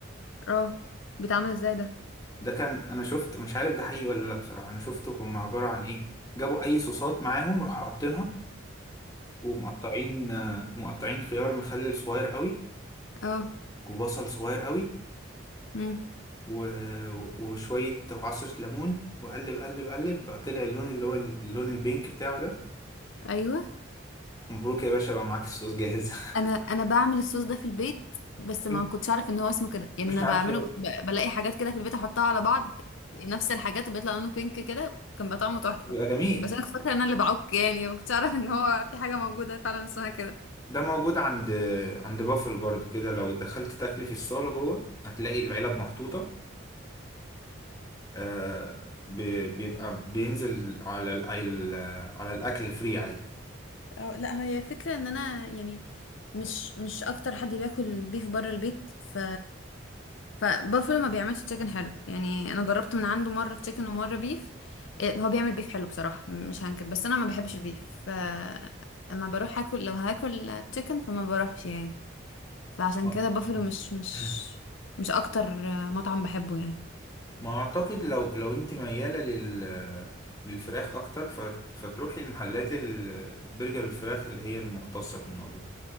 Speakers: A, on the left (about 75°); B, on the left (about 20°).
A: اه بيتعمل ازاي ده
B: ده كان انا شفت مش عارف ده حقيقي ولا لا بصراحه انا شفته كان عباره عن ايه جابوا اي صوصات معاهم راحوا حاطينها ومقطعين آه، مقطعين خيار مخلل صغير قوي
A: اه
B: وبصل صغير قوي
A: امم
B: و... وشوية وعصرة ليمون وقلب قلب قلب بقى طلع اللون اللي هو اللون البينك بتاعه ده
A: ايوه
B: مبروك يا باشا بقى معاك الصوص جاهز
A: انا انا بعمل الصوص ده في البيت بس ما
B: <laughs>
A: كنتش اعرف ان هو اسمه كده يعني
B: مش
A: انا
B: عارف
A: بعمله
B: إيه.
A: كنت ب- بلاقي حاجات كده في البيت احطها على بعض نفس الحاجات وبيطلع لونه بينك كده كان بقى طعمه تحفة
B: بيبقى جميل
A: بس انا كنت فاكره ان انا اللي بعك يعني ما كنتش اعرف ان هو في حاجه موجوده فعلا اسمها كده
B: ده موجود عند عند بافلو برضو كده لو دخلت تاكلي في الصالة جوه هتلاقي العلب محطوطة آه ب... بيبقى بينزل على ال... على ال- على الأكل فري عادي
A: اه لا هي فكرة ان انا يعني مش مش اكتر حد بياكل بيف بره البيت ف فبافلو ما بيعملش تشيكن حلو يعني انا جربت من عنده مرة تشيكن ومرة بيف إيه، هو بيعمل بيف حلو بصراحة مش هنكر بس انا ما بحبش البيف ف اما بروح اكل لو هاكل تشيكن فما بروحش يعني فعشان
B: اه
A: كده بافلو مش مش
B: <laughs>
A: مش اكتر مطعم بحبه يعني
B: ما اعتقد لو لو انت مياله لل للفراخ اكتر فت- فتروحي المحلات ال- البرجر الفراخ اللي هي المختصه في الموضوع